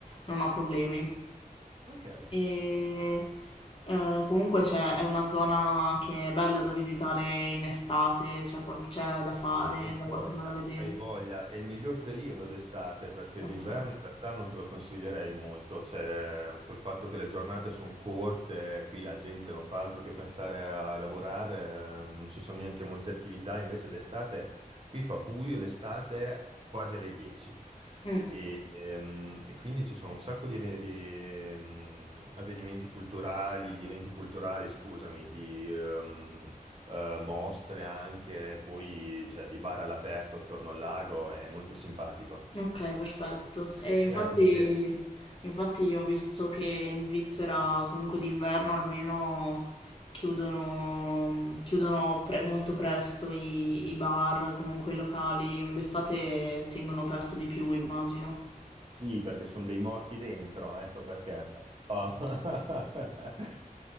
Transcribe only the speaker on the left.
non ho problemi.
E eh, comunque c'è, è una zona che è bella da visitare in estate, c'è qual- c'è da fare,
da
qualcosa da vedere.
Ok.
Mm.
Ok, perfetto. E
infatti,
infatti ho visto che in Svizzera comunque d'inverno almeno chiudono, chiudono pre- molto presto i, i bar, comunque i locali. D'estate tengono aperto di più, immagino.